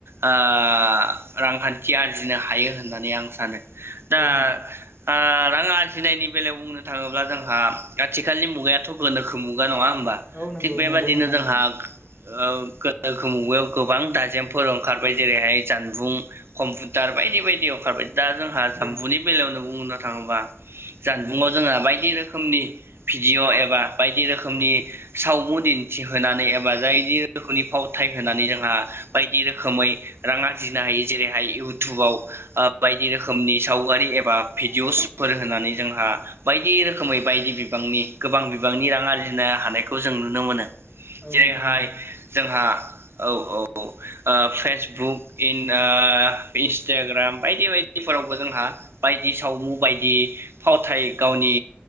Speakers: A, on the right; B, on the left.
A: ओ- रांखान्थि आरजिनो हायो होननानै आं सानो। दा
B: औ नोंथां
A: आ- रां आरजिनायनि बेलायाव बुंनो थाङोब्ला जोंहा। आथिखालनि मुगायाथ' गोनोखो मुगा नङा होम बा
B: औ नंगौ
A: थिग बेबादिनो
B: नंगौ नोंथां
A: जोंहा।
B: नंगौ
A: ओ-गोनोखो मुगायाव गोबां दाजेमफोर ओंखारबाय जेरैहाय जानबुं कम्पिउटार बायदि-बायदि ओंखारबाय। दा जोंहा जाम्बुनि
B: नोंथां
A: बेलायावनो दं मुं थाङोबा जानबुंआव जोंहा बायदि रोखोमनि। भिदिअ' एबा बायदि रोखोमनि सावमु दिन्थिहोनानै एबा जायदि रोखोमनि फावथाय होनानै जोंहा बायदि रोखोमै राङ आरजिनो हायो जेरैहाय इउटुबाव बायदि रोखोमनि सावगारि एबा भिडिअ'सफोर होनानै जोंहा बायदि रोखोमै बायदि। बिबांनि गोबां बिबांनि रां आरजिनो हानायखौ जों नुनो मोनो।
B: औ
A: जेरैहाय
B: नोंथां औ
A: जोंहा। औ-औ-औ- <unintelligible> फेसबुक इन-ओ- इन्सटाग्राम बायदि बायदिफोरावबो जोंहा बायदि सावमु बायदि फावथाय गावनि